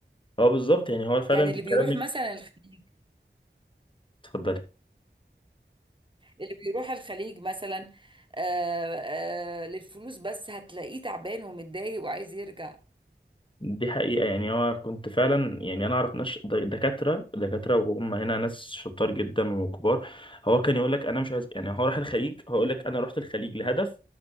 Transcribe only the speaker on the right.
يعني اللي بيروح
مثلا الخليج
اللي بيروح الخليج مثلا آه آه للفلوس بس هتلاقيه تعبان ومتضايق وعايز يرجع